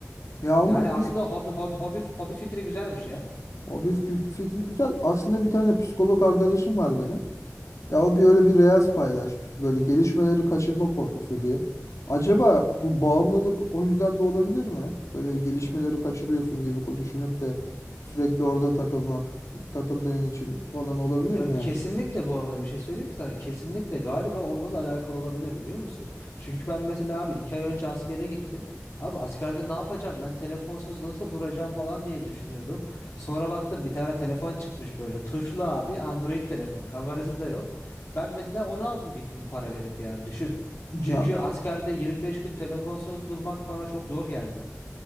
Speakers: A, on the left; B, on the left.
A: ya onun
B: Yani aslında
A: bir
B: hobi hobi hobi hobi fikri güzelmiş ya.
A: hobi fik- fikri güzel. Aslında bir tane psikolog arkadaşım var benim. Ya o bir öyle bir reels paylaşmıştı böyle gelişmeleri kaçırma korkusu diye. Acaba bu bağımlılık o yüzden de olabilir mi? Böyle bir gelişmeleri kaçırıyorsun gibi ko- düşünüp de sürekli orada takılmak, takıldığın için falan olabilir
B: Ya
A: mi
B: kesinlikle
A: yani?
B: bu arada bir şey söyleyeyim mi sana? Kesinlikle galiba onunla da alakalı olabilir biliyor musun? Çünkü ben mesela abi iki ay önce askere gittim. Abi askerde ne yapacağım? Ben telefonsuz nasıl duracağım falan diye düşünüyordum. Sonra baktım bir tane telefon çıkmış böyle. Tuşlu abi Android telefon. Kamerası da yok. Ben mesela onu aldım gittim para verip yani düşün.
A: Ya
B: Çünkü askerde 25 gün telefonsuz durmak bana çok zor geldi.